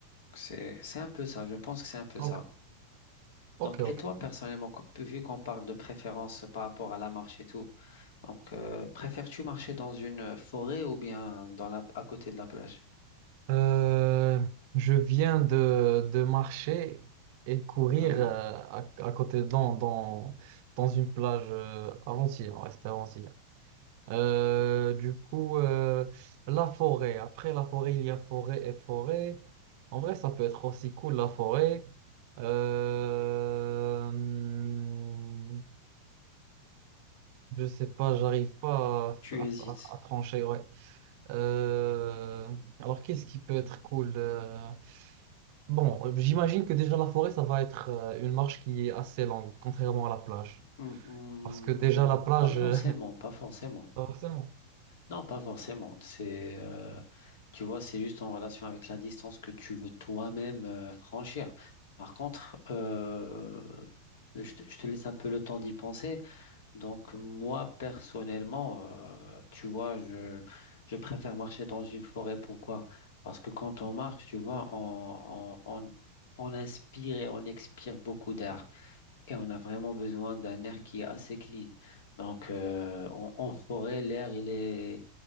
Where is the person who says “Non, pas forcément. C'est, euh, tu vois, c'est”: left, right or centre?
Left